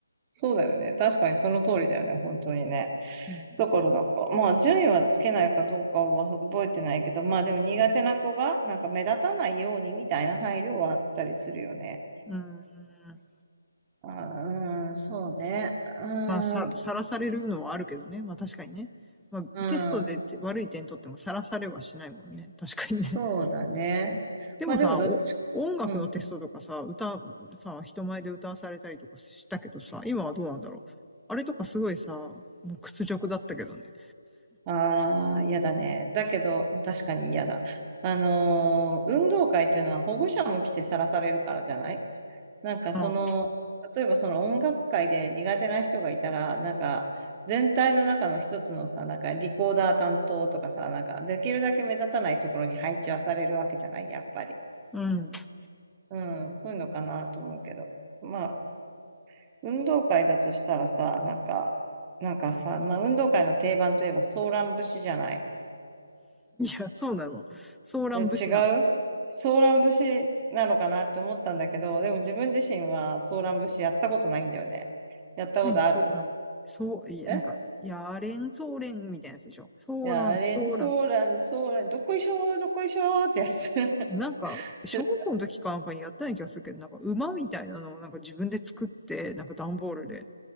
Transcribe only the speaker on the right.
そうだよね。確かにその通りだよね。本当にね。
だからなんか、まあ順位はつけないかどうかは覚えてないけど、まあでも苦手な子がなんか目立たないようにみたいな配慮はあったりするよね。
あー、うん、そうね。うん、
うん、
そうだね。
まあでもどっち、
うん、うん。
ああ、嫌だね。だけど、確かに嫌だ。あのー運動会っていうのは保護者も来てさらされるからじゃないなんかその、
例えばその音楽界で苦手な人がいたら、なんか全体の中の一つのさ、なんかリコーダー担当とかさ、なんかできるだけ目立たないところに配置はされるわけじゃない、やっぱり。
うん、そういうのかなと思うけど。まあ、運動会だとしたらさ、なんか、なんかさ、まあ運動会の定番といえばソーラン節じゃない。
ね、違うソーラン節なのかなって思ったんだけど、でも自分自身はソーラン節やったことないんだよね。やったことある
え
いや、あれ、
ソーラン、ソーラン、どこいしょー、どこいしょーってやつ。<laughs>
知ら